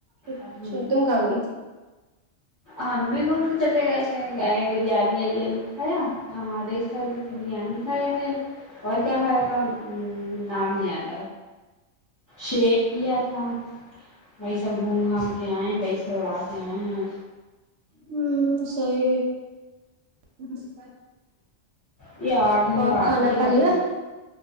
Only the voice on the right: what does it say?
اچھا
تم کہاں گئی تھی
ہوں سی نمس <inaudible>
اور
کھانا کھا
لیا